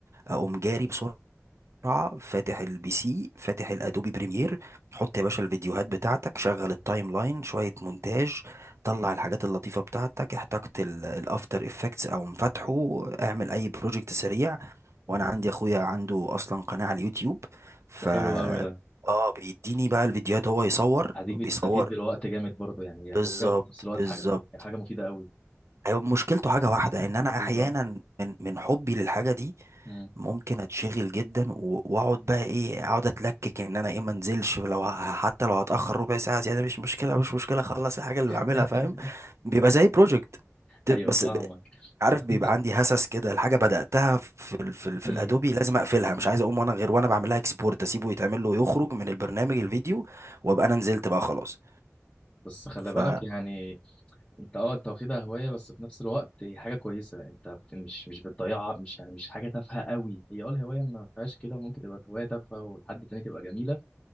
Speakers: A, on the right (about 65°); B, on the left (about 20°).
A: اقوم جاري بسرعة فاتح البي سي فاتح الادوبي بريمير حط يا باشا الفيديوهات بتاعتك شغل التايم لاين شوية مونتاج طلع الحاجات اللطيفة بتاعتك احتجت الافتر افكتس او مفاتحه اعمل اي بروجكت سريع وانا عندي اخويا عنده اصلا قناة على اليوتيوب ف
B: ده حلو قوي ده
A: اه بيديني بقى الفيديوهات هو يصور
B: هديك
A: بيصور
B: بتستفيد بالوقت جامد برضه يعني هي
A: بالظبط
B: هوايه وفي نفس الوقت
A: بالظبط
B: حاجه يعني حاجه مفيده قوي
A: ايوه مشكلته حاجة واحدة ان انا
B: ايه
A: احيانا
B: بقى
A: من من حبي للحاجة دي
B: مم.
A: ممكن اتشغل جدا و- واقعد بقى ايه اقعد اتلكك ان انا ايه ما انزلش لو ه- حتى لو هتاخر ربع ساعه زياده مش مشكله مش مشكله اخلص الحاجه اللي
B: <laughs>
A: بعملها فاهم بيبقى زي بروجكت
B: ايوه
A: بس
B: فاهمك
A: عارف
B: بس
A: بيبقى
B: انت
A: عندي هسس كده الحاجه بداتها في ال في, ال في
B: مم.
A: الادوبي لازم اقفلها مش عايز اقوم وانا غير وانا بعملها اكسبورت اسيبه يتعمل له يخرج من البرنامج الفيديو وابقى انا نزلت بقى خلاص
B: بس خلي
A: ف
B: بالك يعني انت اه انت واخدها هواية بس في نفس الوقت هي حاجة كويسة انت بت- مش مش بتضيعها مش يعني مش حاجة تافهة قوي هي اه الهواية ما فيهاش كده وممكن تبقى هواية تافهة ولحد تاني تبقى جميلة